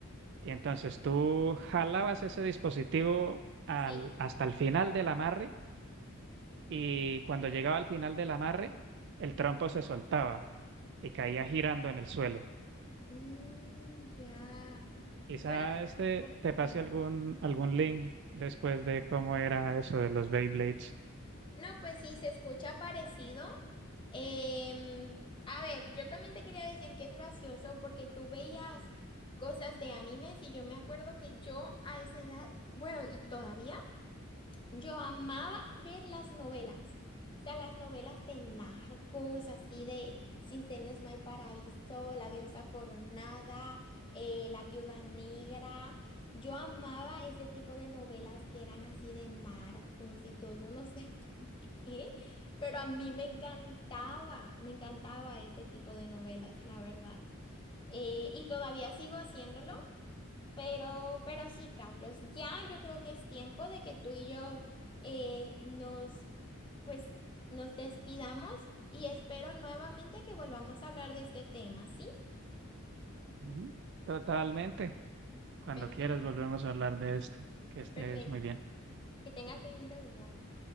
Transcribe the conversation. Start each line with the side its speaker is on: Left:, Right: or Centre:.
Right: y entonces tú jalabas ese dispositivo al,
Left: sí.
Right: hasta el final del amarre, y cuando llegaba al final del amarre, el trompo se soltaba y caía girando en el suelo.
Left: Mm, ya.
Right: Quizá
Left: Bueno,
Right: este
Left: es parecido.
Right: te pase algún, algún link después de cómo era eso de los Beyblades.
Left: No, pues sí, se escucha parecido. Em, a ver, yo también te quería decir que es gracioso porque tú veías cosas de animes y yo me acuerdo que yo a esa edad, bueno, y todavía. Yo amaba ver las novelas, o sea, las novelas de narcos, así de Sin senos no hay paraíso, La diosa coronada, eh, La viuda negra. Yo amaba ese tipo de novelas que eran así de narcos y todo, no sé <laughs> por qué, pero a mí me encantaba, me encantaba ese tipo de novelas, la verdad. Eh, y todavía sigo haciéndolo. Pero, pero sí, Carlos, ya yo creo que es tiempo de que tú y yo eh, nos, pues, nos despidamos y espero nuevamente que volvamos a hablar de este tema, ¿sí?
Right: Ujú. Totalmente. Cuando
Left: Perfecto,
Right: quieras volvemos a hablar de esto. Que estés
Left: perfecto.
Right: muy bien.
Left: Que tengas un lindo día, bye.